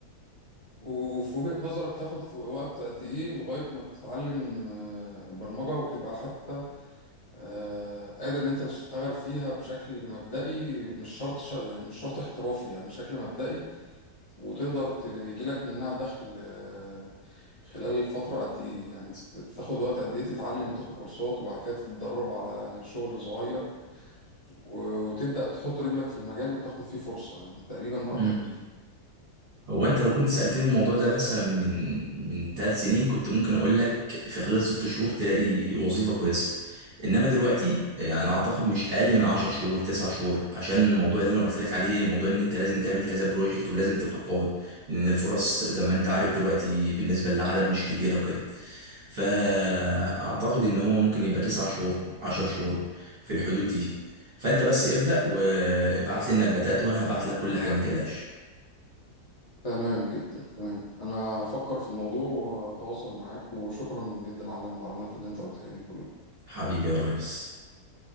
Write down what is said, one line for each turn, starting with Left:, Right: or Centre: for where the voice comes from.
Left: و- وفي وجهة نظرك تاخد في وقت قد إيه لغاية ما تتعلم آه، البرمجة وتبقى حتى آه، قادر إن أنت تشتغل فيها بشكل مبدئي مش شرط ش... يعني مش شرط احترافي يعني شكل مبدئي وتقدر تجيلك منها دخل آه، خلال فترة قد إيه يعني تت- تاخد وقت قد إيه تتعلم وتاخد كورسات وبعد كده تتدرب على شغل صغير و- وتبدأ تحط رجلك في المجال وتاخد فيه فرصة يعني تقريبا وقت
Right: يعني
Left: قد إيه
Right: هو انت لو كنت سألتني الموضوع ده مثلا من من ثلاث سنين كنت ممكن اقول لك في خلال ست شهور تلاقي وظيفة كويسة انما دلوقتي آه، انا اعتقد مش اقل من عشر شهور تسع شهور عشان الموضوع اللي انا قلت لك عليه موضوع ان انت لازم تعمل كذا بروجكت ولازم تبقى قوي لان الفرص زي ما انت عارف دلوقتي بالنسبة للعدد مش كبيرة وكده فاعتقد ان هو ممكن يبقى تسع شهور عشر شهور في الحدود دي فانت بس ابدأ وابعت لي انك بدأت وانا هبعت لك كل حاجة ما تقلقش
Left: تمام جدا تمام أنا هفكر في الموضوع وأتواصل معاك وشكرا جدا على المعلومات اللي أنت قلتها لي كلها
Right: حبيبي يا ريس